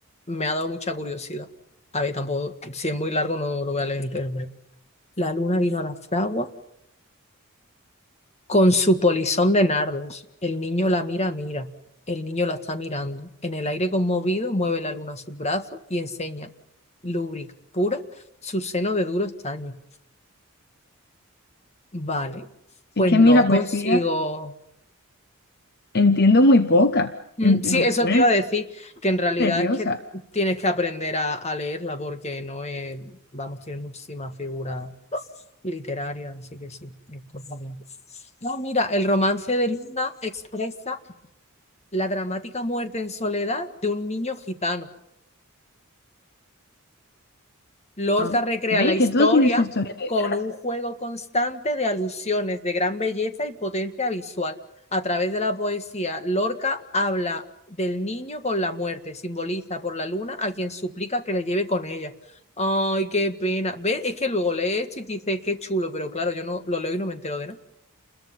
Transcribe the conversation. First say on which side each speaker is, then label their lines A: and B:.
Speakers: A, on the left; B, on the left.
A: me ha dado mucha curiosidad. A ver, tampoco, si es muy largo no lo voy a leer entero. pero- La luna vino a la fragua con su polizón de nardos. El niño la mira, mira. El niño la está mirando. En el aire conmovido mueve la luna sus brazos y enseña, lúbrica, pura, su seno de duro estaño. Vale,
B: Es
A: pues
B: que
A: no
B: a mí la
A: consigo
B: poesía entiendo muy poca,
A: Mm,
B: en-
A: Sí,
B: me
A: eso
B: pone
A: te iba a decir, que en realidad
B: nerviosa.
A: es que tienes que aprender a, a leerla porque no es, vamos, tiene muchísimas figuras literarias, así que sí, es complicado. No, mira, el romance de Luna expresa la dramática muerte en soledad de un niño gitano. Lorca
B: Ah,
A: recrea
B: ¿Ves
A: la historia
B: que todo tiene su historia detrás?
A: con un juego constante de alusiones de gran belleza y potencia visual. A través de la poesía, Lorca habla del niño con la muerte, simboliza por la luna a quien suplica que le lleve con ella. Ay, qué pena. ¿Ves? Es que luego lees esto y te dices, qué chulo, pero claro, yo no lo leo y no me entero de nada.